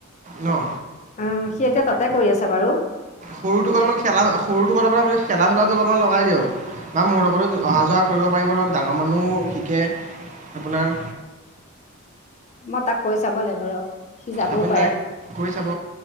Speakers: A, on the right; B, on the left.
A: ন?
B: উম সি এতিয়া তাতে কৰি আছে বাৰু।
A: সৰুটোক
B: তেনে
A: অলপমান খেলা সৰুটোক অলপমান আপুনি খেলা ধূলাত অলপমান লগাই দিয়ক। বা মোৰ লগতো অহা যোৱা কৰিব পাৰিব ধৰক ডাঙৰ মানুহো শিকে। আপোনাৰ
B: মই তাক কৈ চাব লাগিব ৰ। সি যাবও
A: আপুনি
B: পাৰে
A: তাক কৈ চাব।